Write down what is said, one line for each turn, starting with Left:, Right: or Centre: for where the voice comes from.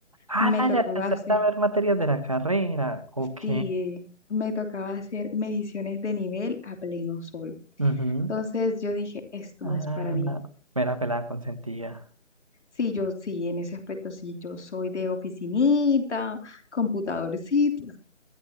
Right: Ah,
Left: Me
Right: dale,
Left: tocaba
Right: alcanzaste
Left: hacer,
Right: a ver materias de la carrera. Ok.
Left: sí, me tocaba hacer mediciones de nivel a pleno sol
Right: Ujú.
Left: Entonces yo dije, esto
Right: Ah,
Left: no es para mí.
Right: mera pelada consentida.
Left: Sí, yo sí, en ese aspecto sí, yo soy de oficinita, computadorcito.